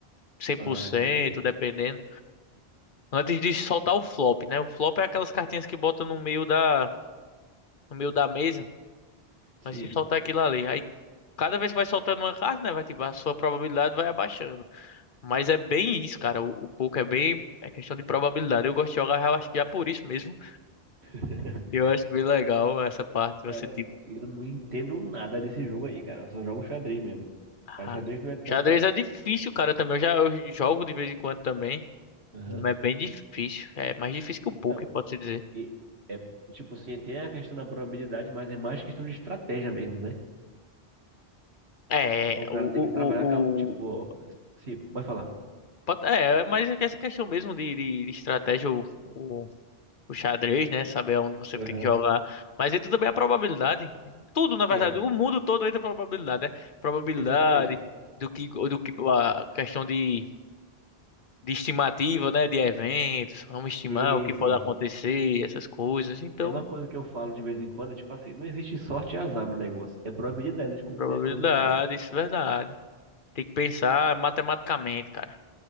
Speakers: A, on the left; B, on the right.
A: 100%,
B: Ah, entendi.
A: dependendo. Antes de soltar o flop, né? O flop é aquelas cartinhas que botam no meio da, no meio da mesa,
B: Sim.
A: mas se soltar aquilo ali, aí cada vez que vai soltando uma carta, né, vai, tipo, a sua probabilidade vai abaixando. Mas é bem isso, cara. O, o poker é bem. É questão de probabilidade. Eu gosto de jogar, eu acho que já por isso mesmo.
B: <laughs>
A: Eu acho bem legal essa parte. Você,
B: Cara,
A: tipo.
B: eu não entendo nada desse jogo aí, cara. Eu só jogo xadrez mesmo.
A: Ah,
B: A xadrez não é tanta.
A: xadrez é difícil,
B: tipo,
A: cara, também. Eu já eu jogo de vez em quando também.
B: Aham.
A: Mas é bem difícil. É mais difícil que
B: Então,
A: o poker, pode-se dizer.
B: e- é tipo assim, tem a questão da probabilidade, mas é mais questão de estratégia mesmo, né?
A: É,
B: O cara
A: o, o,
B: tem que trabalhar com a, tipo,
A: o, o-
B: sim, pode falar.
A: pode- é, mas é que essa questão mesmo de, de, de estratégia, o, o xadrez, né? Saber onde você
B: Aham.
A: tem que jogar. Mas entra também a probabilidade. Tudo, na verdade,
B: É,
A: o mundo todo entra a probabilidade, né? Probabilidade
B: exatamente.
A: do que, do que a questão de, de estimativa, né? De eventos. Vamos estimar
B: Sim,
A: o que
B: sim.
A: pode acontecer, essas coisas. Então,
B: É uma coisa que eu falo de vez em quando, é tipo assim, não existe sorte e azar no negócio. É probabilidade de acontecer
A: probabilidade,
B: as coisas, ou não.
A: isso é verdade. Tem que pensar matematicamente, cara.